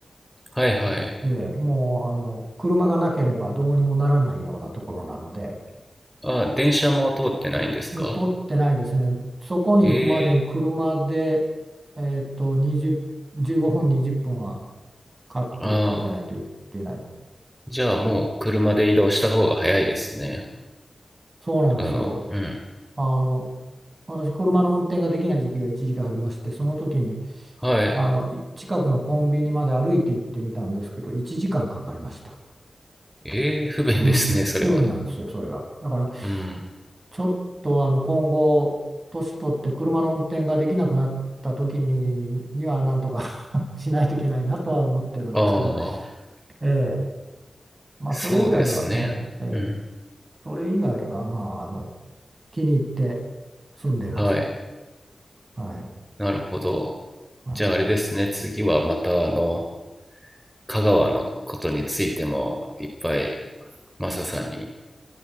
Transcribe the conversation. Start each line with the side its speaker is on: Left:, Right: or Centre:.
Centre: はいはい。
Right: ええ、もう、あの、車がなければどうにもならないようなところなので、
Centre: あ、電車も通ってないんですか
Right: 取ってないですね。そこに行くまでに車で、
Centre: ええ
Right: えっと、20、15分、20分はかけて出ないといけない。
Centre: ああ、じゃあもう車で移動した方が早いですね。
Right: そうなんですよ。
Centre: あの、うん。
Right: あの、私、車の運転ができない時期が一時期ありまして、その時に、
Centre: はい。
Right: あの、近くのコンビニまで歩いて行ってみたんですけど、1時間かんかかりました。
Centre: ええ不便ですね、
Right: うん、
Centre: それは。
Right: 不便なんですよ、それが。だから、
Centre: うん。
Right: ちょっと、あの、今後、年取って車の運転ができなくなった時に、には、なんとか <laughs> しないといけないなとは思ってるんですけど、
Centre: ああ、
Right: ええ、まあ、
Centre: そうですね。
Right: それ以外は、ええ、ええ、
Centre: うん。
Right: それ以外は、まあ、あの、気に入って住んでます。
Centre: はい。
Right: はい。
Centre: なるほど。
Right: はい
Centre: じゃああれですね、次はまたあの、香川のことについてもいっぱいマサさんに